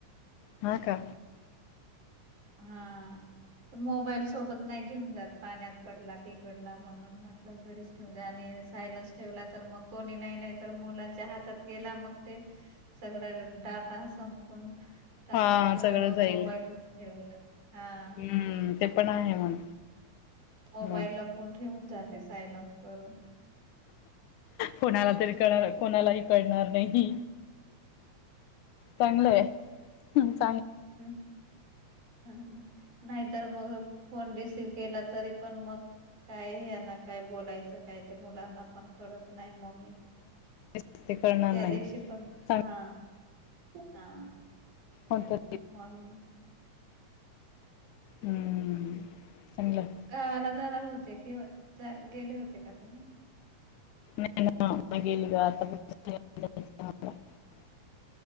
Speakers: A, on the left (about 85°); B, on the right (about 90°).
A: हा का
B: हा पण मोबाईल सोबत नाही घेऊन जात पाण्यात पडला बिघडला म्हणून म्हटलं घरीच ठेवून जा आणि सायलन्स ठेवला तर मग कोणी नाही नाही तर मुलांच्या हातात गेला मग ते सगळं डाटा संपून..... टाकल्याशिवाय
A: हा सगळं
B: मग...
A: जाईल
B: मोबाईलच ठे हा
A: हम्म ते पण आहे म्हण
B: मोबाईल
A: मग
B: ला पण ठेवून जात.... सायलन्स करून...
A: कोणाला तरी कळणार कोणालाही कळणार नाही... चांगलंय... हा....
B: हम् हम.... नाहीतर मग फोन रिसीव केला तरी पण मग काय हना काय बोलायचं काय ते मुलांना पण कळत नाही मम्मी
A: हरकत ते कळणार
B: त्या
A: नाही
B: दिवशी पण
A: चांग
B: हा... हा...
A: होता...
B: म्हणून
A: हम्म.... चांगलं....
B: गावाला जाणार होतेे गेले होते का तुम्ही....
A: न मागलग त...